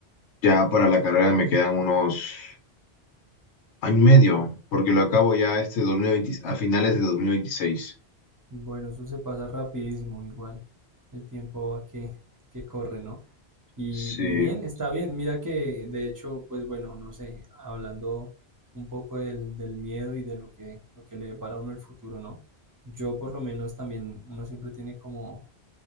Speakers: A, on the left; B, on the right.
A: Ya para la carrera me quedan unos año y medio, porque lo acabo ya este 2020, a finales de dos mil veintiséis
B: Bueno, eso se pasa rapidísimo, igual. El tiempo va que, que corre, ¿no? Y,
A: Sí,
B: y bien, está bien. Mira que, de hecho, pues bueno, no sé, hablando un poco del, del miedo y de lo que, lo que le depara a uno el futuro, ¿no? Yo por lo menos también, uno siempre tiene como,